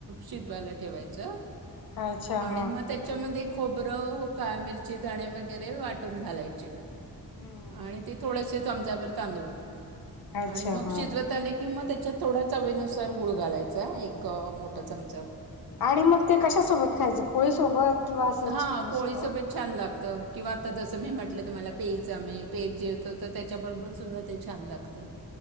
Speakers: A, on the right; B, on the left.
A: शिजवायला ठेवायचं.
B: अच्छा
A: आणि
B: हा
A: मग त्याच्यामध्ये खोबरं उकाळ मिरची धणे वगैरे वाटून घालायचे.
B: हम्म
A: आणि ते थोडेसे चमचाभर तांदूळ
B: अच्छा
A: आणि मग
B: हा
A: शिजवत आले कि मग त्याच्यात थोडा चवीनुसार गुळ घालायचा एक मोठा चम
B: आणि मग ते कशा सोबत खायचा पोळी सोबत किंवा असंच
A: हां,
B: नुसतं?
A: पोळीसोबत छान लागतं किंवा आता असं जस मी म्हं टलं तुम्हाला पेजमे पेज जेवतो तर त्याच्याबरोबर सुद्धा ते छान लागतं.